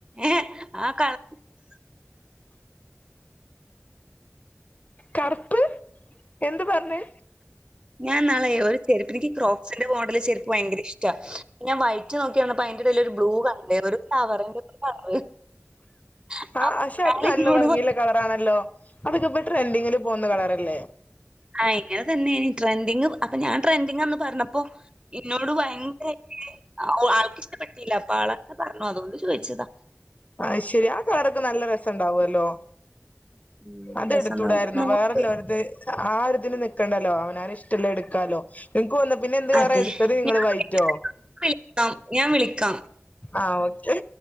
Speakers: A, on the right; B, on the left.
A: ഏ ആ കാണ <unintelligible>
B: കറുപ്പ് എന്ത് പറഞ്ഞേ
A: ഞാൻ നാൾ ഒരു ചെരുപ്പ്നിക്ക് ക്രോപ്പ്സിന്റെ മോഡല് ചെരുപ്പ് എനിക്ക് ഭയങ്കര ഇഷ്ട ഞാൻ വ വൈറ്റ് നോക്കിയപ്പോ അതിന്റെ ഇടൽ ഒരു ബ്ലൂ കണ്ട് ഒരു ഫ്ലവറിന്റെ കളറ് <unintelligible>
B: ആ പക്ഷെ അത് നല്ല ഭംഗിയുള്ള കളറാണല്ലോ അതൊക്കെഇപ്പൊ ട്രെൻഡിങ്ങില് പോകുന്ന കളറല്ലേ
A: ആ ഇങ്ങനെ തന്നെയ ട്രെൻഡിങ് അപ്പൊ ഞാൻ ട്രെൻഡിങ്ന്ന് പറഞ്ഞപ്പോ ഇന്നോട് ഭയങ്കര ഒ ആൾക്ക് ഇഷ്ടപ്പെട്ടില്ല അപ്പൊ ആളെന്നെ പറഞ്ഞു അതുകൊണ്ട് ചോദിച്ചതാ
B: അഹ് ശരി ആ കളറൊക്കെ നല്ല രസം ഉണ്ടാവല്ലോ
A: ഉം
B: അത്
A: രസണ്ടാവും
B: എടുത്തൂടായിരുന്നോ
A: നോക്ക്
B: വേറെല്ലോർത് ആ ഒരു ഇതിന് നിൽക്കണ്ടല്ലോ അവനാന് ഇഷ്ടളേ എടുക്കാലോ ഇനിക്ക് തോന്നുന്നേ പിന്നെ എന്ത് കളറാ
A: അതെ
B: എടുത്തത് നിങ്ങള്
A: ഞാൻ
B: വൈറ്റോ
A: വിളിക്കാം ഞാൻ വിളിക്കാം
B: ആഹ് ഓക്കെ